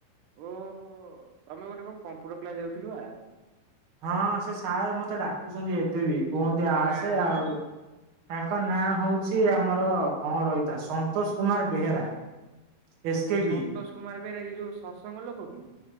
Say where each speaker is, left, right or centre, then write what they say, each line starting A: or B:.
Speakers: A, on the right; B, on the right.
A: ଓହୋ ତମେ ଗୋଟେ କଣ କମ୍ପ୍ୟୁଟର କ୍ଲାସ ଯାଉଥିଲ ବା।
B: ହଁ ସେ ସାର୍ ମତେ ଡାକୁଛନ୍ତି ଏବେ ବି କୁହନ୍ତି
A: ତାଙ୍କ
B: ଆସେ
A: ନାଁ କଣ
B: ଆଉ ତାଙ୍କ ନାଁ ହଉଛି ଆମର କଣ ରହିଥା ସନ୍ତୋଷ କୁମାର ବେହେରା। ଏସ୍
A: ଓହୋ
B: କେ
A: ସନ୍ତୋଷ
B: ବି
A: କୁମାର ବେହେରା ଏଇ ଯୋଉ ସତ୍ସଙ୍ଗ ଲୋକ କି?